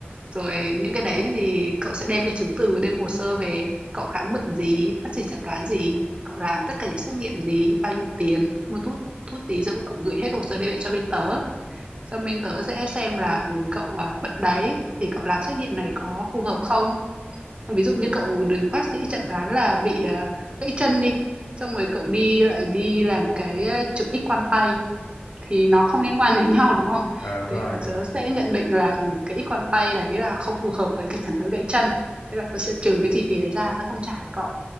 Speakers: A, on the right; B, on the left.
A: rồi những cái đấy thì cậu sẽ đem cái chứng từ, đem hồ sơ về, cậu khám bệnh gì, bác sĩ chẩn đoán gì, cậu làm tất cả những xét nghiệm gì, bao nhiêu tiền, mua thuốc thuốc gì, xong rồi cậu gửi hết hồ sơ đấy về cho bên tớ. Xong bên tớ sẽ xem là, ừ, cậu, à, bệnh đấy thì cậu làm xét nghiệm này có phù hợp không? Ví dụ như cậu được bác sĩ chẩn đoán là bị, à, gãy chân đi, xong rồi cậu đi lại đi làm cái, à, chụp X quang tay thì nó không liên quan đến nhau, đúng không?
B: Ờ đúng
A: Thế
B: rồi.
A: là tớ sẽ nhận định là, ừ, cái X quang tay đấy là không phù hợp với cái chẩn đoán gãy chân, thế là tớ sẽ trừ cái chi phí đấy ra, tớ không trả cho cậu.